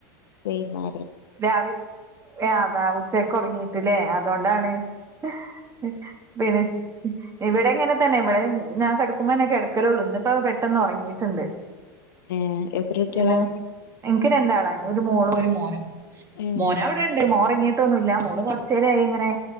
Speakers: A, on the left (about 80°); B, on the right (about 25°).
A: വൈന്നാ
B: രാവി ഏ അതാവു. ഉച്ചകൊറങ്ങിട്ട്ലേ അതോണ്ടാണ് ഹ് ഹേ പിന്നെ ഇവിടെ ഇങ്ങനെ തന്നെ ഇവിടെ പിനെ ഞാ കെടക്കുമ്പളനെ കെടക്കലൊള്ളൂ ഇന്ന്പ്പ. പെട്ടന്ന് ഒറങ്ങിട്ട്ണ്ട്
A: ഏ എത്ര കുട്ടികളാ
B: ഇന്ന് എൻക്ക് രണ്ടാളായ് ഒരു മോളും ഒരു മോനും.
A: ഏ
B: മോനവ്ട്ണ്ട്. മോൻഒറങ്ങീട്ടൊന്നുല്ല. മോള്ബ ചെരായി ഇങ്ങനെ.